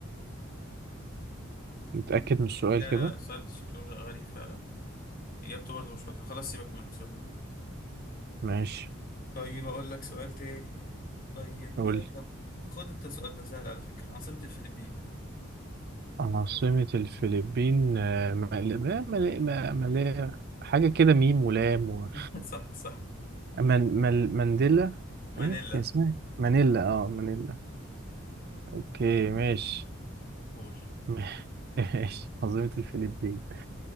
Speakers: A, on the right; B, on the left.
A: اتأكد
B: مم.
A: من السؤال
B: لا
A: كده
B: لا لا السؤال ده شكله غريب فعلا إجابته برضه مش واضحة خلاص سيبك منه سيبك منه
A: ماشي
B: طيب أقول لك سؤال تاني طيب
A: قول
B: آه،
A: لي.
B: طب خد أنت السؤال ده سهل على فكرة عاصمة الفلبين
A: عاصمة الفلبين آه، مال... ما- مال... ما- مال... حاجة كده ميم ولام و...
B: <laughs> صح صح
A: من... مال... مانديلا
B: مانيلا
A: ايه كان اسمها إيه؟ مانيلا اه مانيلا اوكي ماشي
B: قول
A: <laughs> ماشي عاصمة الفلبين